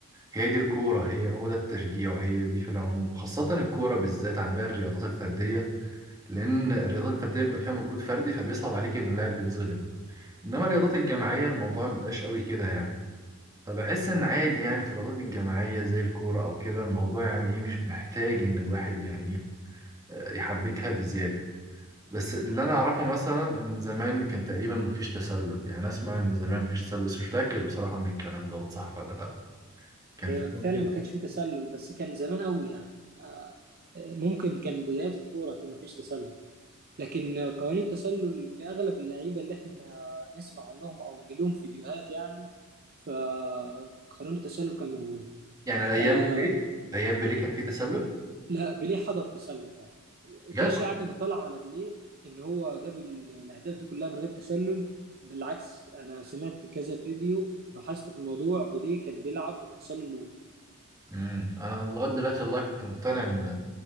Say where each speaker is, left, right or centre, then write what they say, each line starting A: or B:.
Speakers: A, on the right; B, on the right.
A: هي دي الكورة هي هو ده التشجيع وهي دي في العموم خاصة الكورة بالذات عن باقي الرياضات الفردية لأن الرياضة الفردية بيبقى فيها مجهود فردي فبيصعب عليك إن اللاعب بيتظلم إنما الرياضات الجماعية الموضوع مبيبقاش قوي كده يعني فبحس ان عادي يعني في الرياضات الجماعيه زي الكوره او كده الموضوع يعني ايه مش محتاج ان الواحد يعني ايه آه، يحبكها بزياده بس اللي انا اعرفه مثلا ان زمان كان تقريبا مفيش تسلل يعني اسمع ان زمان مفيش تسلل بس مش متاكد بصراحه من الكلام دوت صح ولا لا كان
B: هي
A: فعلا
B: فعلا
A: كده
B: ما كانش فيه تسلل بس كان زمان قوي يعني آه، ممكن كان بدايات الكوره كان ما فيش تسلل لكن قوانين التسلل في اغلب اللعيبه اللي احنا نسمع عنهم او اللي لهم فيديوهات يعني فقانون التسلل كان موجود
A: يعني الايام
B: آه،
A: بليه الايام بليه كان في تسلل
B: لا بيليه حضر تسلل فعلا
A: بجد
B: دي اشاعه كانت طالعه على بيليه ان هو جاب ال- الاهداف دي كلها من غير تسلل بالعكس انا سمعت كذا فيديو بحثت في الموضوع بيليه كان بيلعب والتسلل نوم
A: امم انا لغايه دلوقتي والله كنت مقتنع ان